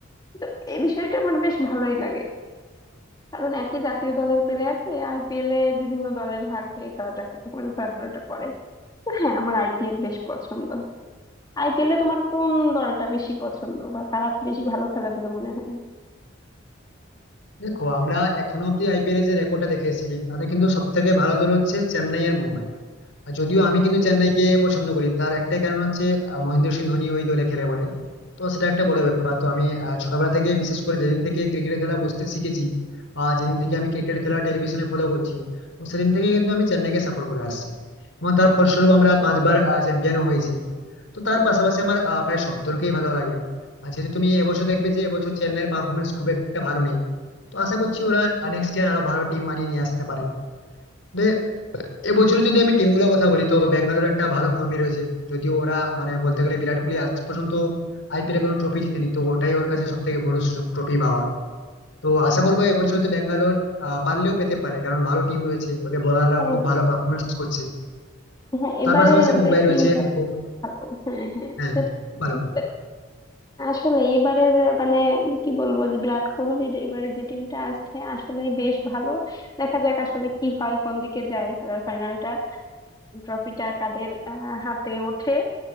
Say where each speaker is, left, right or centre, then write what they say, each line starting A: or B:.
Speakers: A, on the left; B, on the left.
A: তো এই বিষয়টা আমার বেশ ভালোই লাগে কারণ একই জাতীয় দলের প্লেয়ারকে আইপিএল এ বিভিন্ন দলে ভাগ হয়ে খেলাটা মানে খেলাধুলাটা করে তো হ্যাঁ আমার আইপিএল বেশ পছন্দ আইপিএলে তোমার কোন দলটা বেশি পছন্দ বা কারা বেশি ভালো খেলে বলে মনে হয়
B: দেখো আমরা এখনো অব্দি আইপিএল এর যে রেকর্ডটা দেখে এসেছি তাতে কিন্তু সব থেকে ভালো দল হচ্ছে চেন্নাই আর মুম্বাই আর যদিও আমি কিন্তু চেন্নাইকে পছন্দ করি তার একটাই কারণ হচ্ছে আহ, মহেন্দ্র সিং ধোনি ওই দলে খেলে বলে তো সেটা একটা বড় ব্যাপার তো আমি আহ, ছোটবেলা থেকে বিশেষ করে যেদিন থেকে ক্রিকেট খেলা বুঝতে শিখেছি বা যেদিন থেকে আমি ক্রিকেট খেলা টেলিভিশনে ফলো করছি তো সেদিন থেকে কিন্তু আমি চেন্নাইকে সাপোর্ট করে আসছি এবং তার ফলস্বরূপ আমরা পাঁচবার চ্যাম্পিয়নও হয়েছি তো তার পাশাপাশি আমার আহ, প্রায় সব দলকেই ভালো লাগে আর যেহেতু তুমি এবছর দেখবে যে এবছর চেন্নাইয়ের পারফরমেন্স খুব একটা ভালো নেই তো আশা করছি ওরা নেক্সট ইয়ার আরো ভালো টিম বানিয়ে নিয়ে আসতে পারে তবে এবছর যদি আমি টিম গুলোর কথা বলি তো ব্যাঙ্গালোর একটা ভালো ফর্মে রয়েছে যদিও ওরা মানে বলতে গেলে বিরাট কোহলি আজ পর্যন্ত আইপিএলে কোনো ট্রফি জিতেনি তো ওটাই ওর কাছে সব থেকে বড় সুযোগ ট্রফি পাওয়ার তো আশা করবো এবছর তো ব্যাঙ্গালোর আহ, পারলেও পেতে পারে কারণ ভালো টিম রয়েছে ওদের বোলাররাও
A: হ্যাঁ
B: খুব
A: হ্যাঁ
B: ভালো পারফরমেন্স করছে
A: হ্যাঁ এবারের
B: তার পাশাপাশি
A: ওদের
B: মুম্বাই রয়েছে
A: টিমটা
B: তারপর
A: বেশ ভালো হ্যাঁ হ্যাঁ
B: হ্যাঁ
A: এটা তুমি ঠিকই
B: ভালো
A: বলেছো। আসলে এবারের মানে কি বলবো যে বিরাট কোহলির এবারে যে টিমটা আসছে আসলেই বেশ ভালো দেখা যাক আসলে কি হয় কোন দিকে যায় খেলার ফাইনালটা ট্রফিটা কাদের আহ, হাতে ওঠে